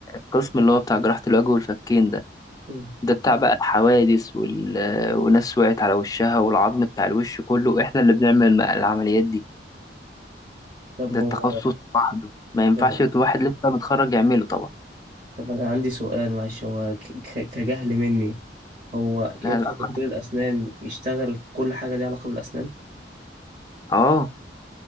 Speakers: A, on the left; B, on the right.
A: القسم اللي هو بتاع جراحه الوجه والفكين ده
B: مم.
A: ده بتاع بقى الحوادث وال... وناس وقعت على وشها والعظم بتاع الوش كله احنا اللي بنعمل الم- العمليات دي
B: طب
A: ده
B: هو
A: التخصص لوحده ما ينفعش
B: طب,
A: واحد لسه متخرج يعمله طبعا
B: طب انا عندي سؤال معلش هو ك... ك- كجهل مني هو
A: لا
B: ينفع
A: لا
B: دكتور الاسنان يشتغل كل حاجة ليها علاقة بالاسنان
A: اه